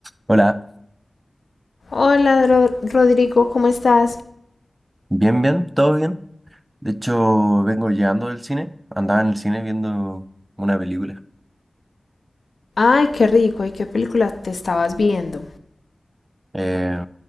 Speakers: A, on the right; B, on the left.
A: Hola,
B: Hola, Ro- Rodrigo, ¿cómo estás?
A: bien, bien, todo bien. De hecho, vengo llegando del cine. Andaba en el cine viendo una película.
B: Ay, qué rico, ¿y qué película te estabas viendo?
A: Eh,